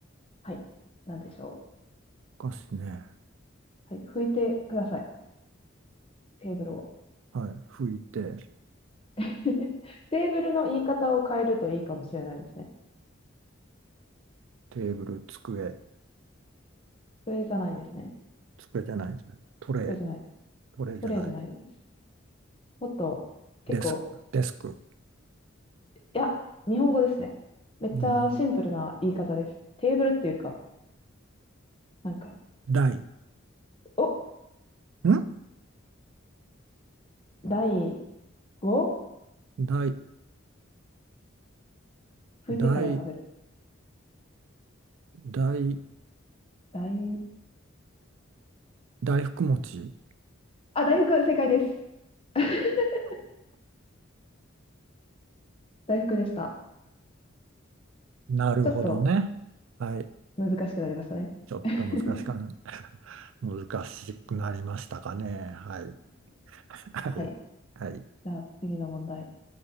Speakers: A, on the left; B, on the right.
A: はい。なんでしょ
B: お菓子ね。
A: う。はい。拭いてください。テーブルを。
B: はい。拭いて、
A: <laughs> テーブルの言い方を変えるといいかもしれないですね。
B: テーブル、机、
A: それじゃないですね。
B: 机じゃない、トレイ、
A: それじゃないです。
B: トレイじゃない、
A: それじゃないです。もっと結構
B: デスク、デスク。
A: いや、日本語ですね。めっちゃシンプルな言い方です。
B: 日本語。
A: テーブルっていうか、なんか、
B: 台。
A: お、
B: ん
A: 台を
B: 台、
A: 拭いてから食べる。
B: 台、台、
A: 台、
B: 大福餅。
A: あ、大福、正解です。<laughs> 大福でした。
B: なるほどね。
A: ちょっと
B: はい。
A: 難しくなりましたね。
B: ちょっと難しかな。
A: <laughs>
B: 難しくなりましたかね。はい。はい。
A: はい。
B: はい。
A: じゃあ次の問題。